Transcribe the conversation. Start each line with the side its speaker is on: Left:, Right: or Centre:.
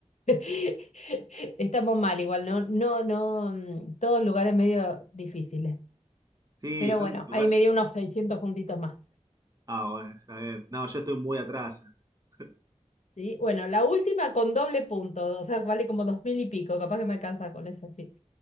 Left: <laughs> Estamos mal igual, ¿no? No, no, mm, todos lugares medio difíciles.
Right: Sí,
Left: Pero
Right: son
Left: bueno,
Right: lugares.
Left: ahí me dio unos 600 puntitos más.
Right: Ah, bueno, está bien. No, yo estoy muy atrás. Eh,
Left: ¿sí? Bueno, la última con doble punto, o sea, vale como dos mil y pico, capaz que me alcanza con eso, sí.